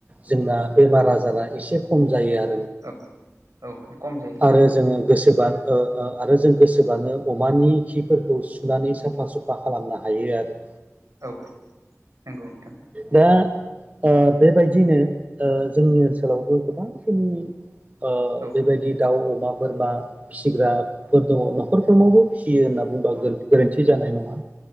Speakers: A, on the right; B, on the right.
A: जोंना बेमार आजारा एसे खम जायो आ
B: औ औ खम जायो नोंथां
A: आरो जोङो गोसोबा नो ओ आरो जों गोसोबानो अमानि खिफोरखौ सुनानै साफा सुफा खालामनो हायो आरो।
B: औ नंगौ नोंथां।
A: दा ओ बेबायदिनो ओ जोंनि ओनसोलावबो गोबांखिनि ओ
B: औ
A: बेबायदि दाउ अ मा बोरमा फिसिग्राफोर दङ न'खरफोरनावबो फिसियो होनना बुंबा गोरोन्थि जानाय नङा।